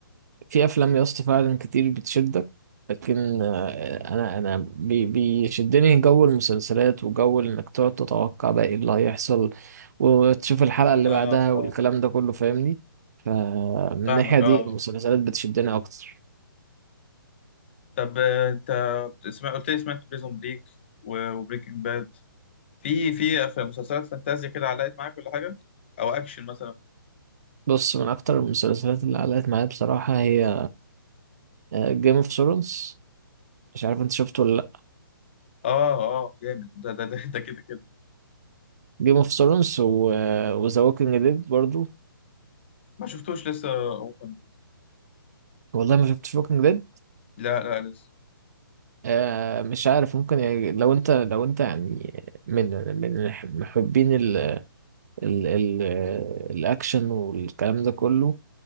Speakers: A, on the right; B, on the left.
A: في افلام يا اسطى فعلا كتير بتشدك لكن آه، انا انا بي- بيشدني جو المسلسلات وجو انك تقعد تتوقع بقى ايه اللي هيحصل وتشوف الحلقة اللي
B: آه
A: بعدها
B: آه
A: والكلام ده كله فاهمني فمن
B: فاهمك
A: الناحية دي
B: آه
A: المسلسلات بتشدني اكتر
B: طب آه، انت بتسمع قلت لي سمعت بريزون بريك وبريكنج باد في في أف- مسلسلات فانتازيا كده علقت معاك ولا حاجه او اكشن مثلا
A: بص من اكتر المسلسلات اللي علقت معايا بصراحة هي جيم اوف ثرونز مش عارف انت شفته ولا لا
B: اه اه جامد ده ده ده, <laughs> ده كده كده
A: جيم اوف ثرونز وذا ووكينج ديد برضو
B: ما شفتوش لسه اوبن
A: والله ما شفتش ووكينج ديد
B: لا لا لسه
A: آه، مش عارف ممكن يعني لو انت لو انت يعني من من محبين ال ال ال الاكشن والكلام ده كله